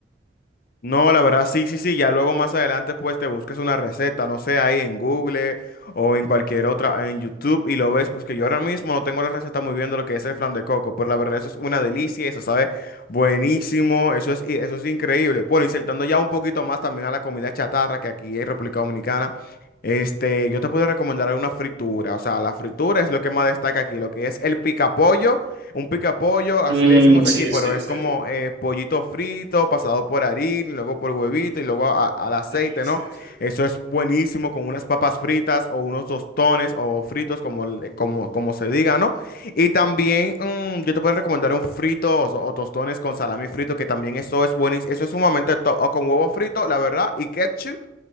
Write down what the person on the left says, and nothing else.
No, la verdad, sí, sí, sí. Ya luego más adelante, pues te busques una receta, no sé, ahí en Google o en cualquier otra, en YouTube, y lo ves. Pues que yo ahora mismo no tengo la receta muy bien de lo que es el flan de coco, pero la verdad, eso es una delicia, eso sabe buenísimo, eso es, y eso es increíble. Bueno, y saltando ya un poquito más también a la comida chatarra que aquí en República Dominicana. Este, yo te puedo recomendar una fritura, o sea, la fritura es lo que más destaca aquí, lo que es el picapollo un pica pollo así
le decimos
aquí, pero
es
como eh, pollito frito, pasado por harina, y luego por huevito y luego a- al aceite,
¿no?
Eso es buenísimo con unas papas fritas o unos tostones o fritos, como, le- como, como se diga, ¿no? Y también mm, yo te puedo recomendar un frito o, so- o tostones con salami frito, que también eso es buenísimo, eso es sumamente top, o con huevo frito, la verdad, y ketchup,